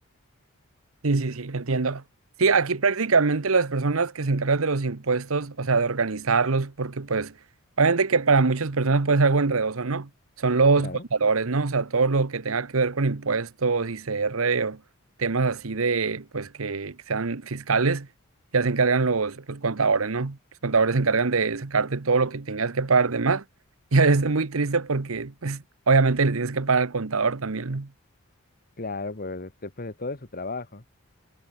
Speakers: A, on the right; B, on the left.
A: Sí, sí, sí, entiendo. Sí, aquí prácticamente las personas que se encargan de los impuestos, o sea, de organizarlos, porque pues, obviamente que para muchas personas puede ser algo enredoso, ¿no? Son los
B: Claro,
A: contadores, ¿no? O sea, todo lo que tenga que ver con impuestos, ICR o temas así de, pues, que, que sean fiscales, ya se encargan los, los contadores, ¿no? Los contadores se encargan de sacarte todo lo que tengas que pagar de más. <laughs> Y a veces es muy triste porque, pues, obviamente le tienes que pagar al contador también, ¿no?
B: claro, pues después de todo es su trabajo.